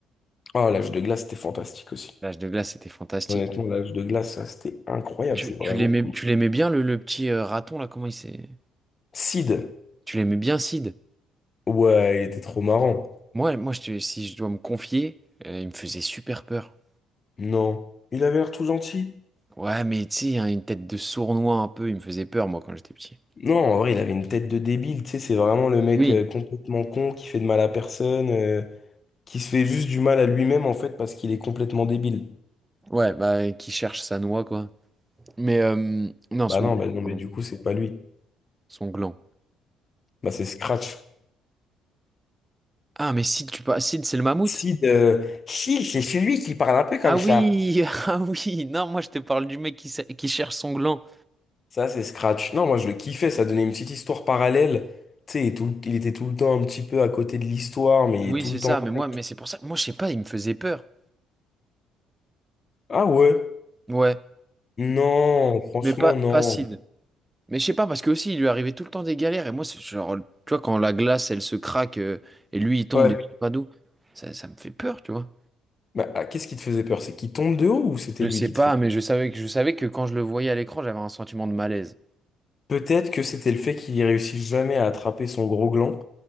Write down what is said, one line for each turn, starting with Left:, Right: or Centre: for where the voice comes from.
Left: Ah, l'âge de glace, c'était fantastique aussi.
Right: L'âge de glace, c'était fantastique.
Left: Honnêtement, l'âge de glace, ça, c'était incroyable.
Right: Tu,
Left: C'est vraiment
Right: tu l'aimais,
Left: cool.
Right: tu l'aimais bien, le, le petit euh, raton, là, comment il s'est...
Left: Sid,
Right: Tu l'aimais bien, Sid?
Left: ouais, il était trop marrant.
Right: Moi, moi je te- si je dois me confier, euh, il me faisait super peur.
Left: Non, il avait l'air tout gentil.
Right: Ouais, mais tu sais, hein, une tête de sournois un peu, il me faisait peur, moi, quand j'étais petit.
Left: Non, en vrai, il avait une tête de débile. Tu sais, c'est vraiment le mec
Right: Oui.
Left: euh, complètement con qui fait de mal à personne, euh, qui se fait juste du mal à lui-même en fait parce qu'il est complètement débile.
Right: Ouais, bah, qui cherche sa noix, quoi. Mais, euh, non,
Left: Bah
Right: son
Left: non,
Right: gland,
Left: bah non, mais
Right: pardon.
Left: du coup, c'est pas lui.
Right: Son gland.
Left: Bah c'est Scratch.
Right: Ah, mais Sid, tu pas... Sid, c'est le mammouth?
Left: Si, de... si, c'est celui qui parle un peu comme
Right: Ah oui,
Left: ça.
Right: <laughs> ah oui, non, moi je te parle du mec qui, sa- qui cherche son gland.
Left: Ça, c'est Scratch. Non, moi, je le kiffais. Ça donnait une petite histoire parallèle. Tu sais, il est tout- il était tout le temps un petit peu à côté de l'histoire, mais
Right: Oui,
Left: il est tout
Right: c'est
Left: le
Right: ça,
Left: temps
Right: mais moi,
Left: là.
Right: mais c'est pour ça, moi, je sais pas, il me faisait peur.
Left: Ah ouais?
Right: Ouais,
Left: Non, franchement,
Right: mais pas,
Left: non.
Right: pas Sid. Mais je sais pas, parce que aussi, il lui arrivait tout le temps des galères, et moi, c'est genre, tu vois, quand la glace, elle se craque, euh, et lui, il tombe
Left: Ouais.
Right: de je sais pas d'où, ça, ça me fait peur, tu vois.
Left: Bah, ah, qu'est-ce qui te faisait peur? C'est qu'il tombe de haut ou c'était
Right: Je
Left: lui
Right: sais
Left: qui
Right: pas,
Left: te faisait
Right: mais je savais que, je savais que quand je le voyais à l'écran, j'avais un sentiment de malaise.
Left: Peut-être que c'était le fait qu'il réussisse jamais à attraper son gros gland